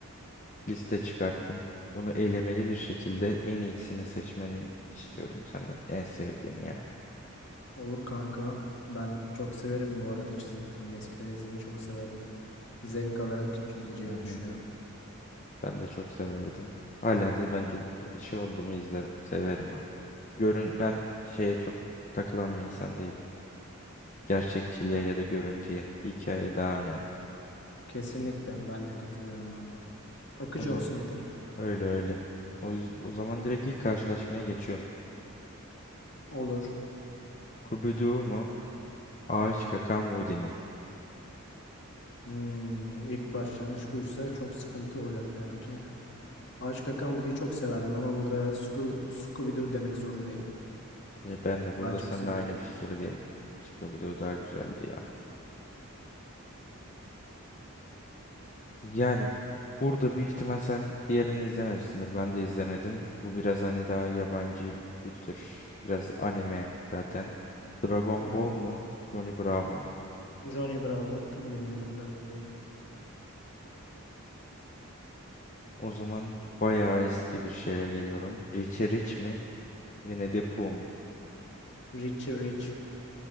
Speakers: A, on the left; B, on the left.
A: Liste çıkarttım. Bunu elemeli bir şekilde en iyisini seçmeni istiyorum senden. En sevdiğini yani.
B: Olur kanka. Ben çok severim bu arada çizgi filmi. Eskiden izlemeyi çok severdim. Zevk alarak çözeceğimi
A: Hı hı.
B: düşünüyorum.
A: Ben de çok severdim. Hala da bence şey olduğumu izlerim. Severim abi. Görün ben şeye çok takılan bir insan değilim. Gerçekçiliğe ya da görüntüye. Hikaye daha önemli.
B: Kesinlikle ben de katılıyorum abi. Akıcı
A: O zaman
B: olsun yeter.
A: öyle öyle. O, yüz- o zaman direkt ilk karşılaşmaya geçiyorum.
B: Olur.
A: Scooby-Doo mu? Ağaç kakan Woody mi?
B: Hmm, ilk başlangıç buysa çok sıkıntı olacak demek ki. Ağaç Kakan Video'yu çok severdim ama burada Sco- Scooby-Doo demek zorundayım.
A: E, Ben de burada
B: Daha çok
A: seninle
B: seviyordum.
A: aynı fikirdeyim. Scooby-Doo daha güzeldi ya. Yani burada büyük ihtimal sen diğerini izlememişsindir. Ben de izlemedim. Bu biraz hani daha yabancı kültür. Biraz anime zaten. Dragon
B: Evet.
A: Ball mu? Johnny Bravo mu?
B: Johnny Bravo ta- bilmediğimden dolayı.
A: O zaman bayağı eski bir şeyle geliyorum. Richie Rich mi? Winnie the Pooh mu?
B: Richie Rich.